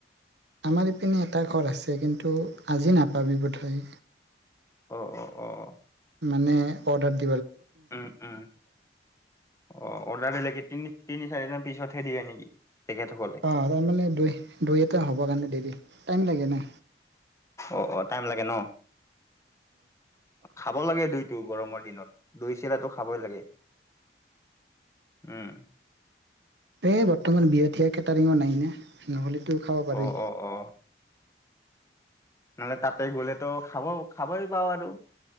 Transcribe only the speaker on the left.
অ-অ-অ
উম-উম। অ অৰ্ডাৰ দিলে কি তিনি-তিনি চাৰিদিন পিছতহে দিয়ে নেকি? তেখেতসকলে
অ-অ টাইম লাগে ন খাব লাগে দুইটো গৰমৰ দিনত দৈ চিৰাটো খাবই লাগে উম!
অ অ অ নহলে তাতে গ'লেতো খাব খাবই পাওঁ আৰু